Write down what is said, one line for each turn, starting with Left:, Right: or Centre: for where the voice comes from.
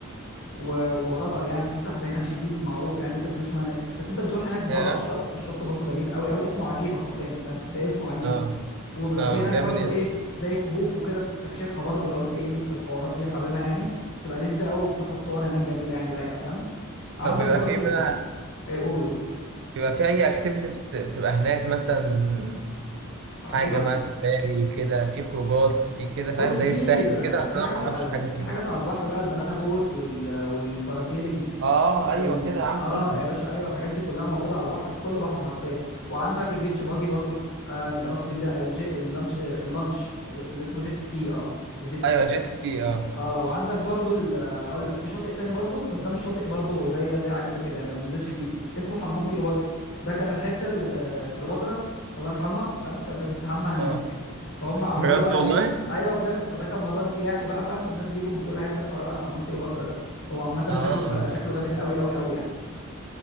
Left: و- وخطر يعني في سحب هناك شديد ومعروف يعني انت ما بتنزلش ميه هناك بس انت بتروح هناك بتقعد
Right: اه
Left: على الشط والشط برضو جميل قوي قوي اسمه عجيبه حرفيا فاهم ده اسمه عجيب
Right: اه
Left: وبيبقى
Right: اه
Left: في هناك
Right: جامد
Left: برضو
Right: ايه
Left: ايه زي كهوف وكده بتستكشفها برضو لو انت ايه ليك في الحوارات دي حاببها يعني تبقى لذة قوي وبتاخد صور هناك جميله يعني رايقه فاهم عندك
Right: طب بيبقى
Left: برضو
Right: في بقى
Left: ايه قول قول
Right: بيبقى في اي اكتيفيتيز بتبقى هناك مثلا
Left: فعجيبه
Right: حاجه بقى سفاري كده في خروجات في كده
Left: بص
Right: فاهم زي
Left: في
Right: الساحل
Left: آه،
Right: كده اصل
Left: في
Right: انا
Left: حاجات
Right: ما اعرفش
Left: على ال...
Right: حاجه فيه
Left: في حاجات على البحر بقى البنانا بوت وال... والباراسيلينج
Right: اه
Left: وال
Right: ايوه كده يا عم
Left: اه
Right: قول لي
Left: يا باشا ايوه الحاجات دي كلها موجوده على البحر في كل بحر حرفيا وعندك البيتش باجي برضو آه، الب- قصدي ال- الجي... اللانش اللانش اللي اسمه جيت سكي اه الجيت سكي
Right: ايوه جيت سكي اه
Left: اه وعندك برضو ال- آه، اقول لك في شاطئ تاني برضو بس ده مش شاطئ برضو زي زي عجيبه كده يعني ما بننزلش فيه اسمه حمام كيلوباترا ده كان الحته اللي آه، كيلوباترا الله يرحمها فاهم كانت بتستحمى هناك
Right: اه
Left: فهم عملوه
Right: بجد
Left: بقى
Right: والله
Left: ايه ايوه بجد فده كان مزار سياحي بقى فاهم والناس بيجوا من كل حته يتفرجوا على حمام كيلوباترا ده هو عامه
Right: اه
Left: شكله ف... شكله جامد قوي قوي قوي يعني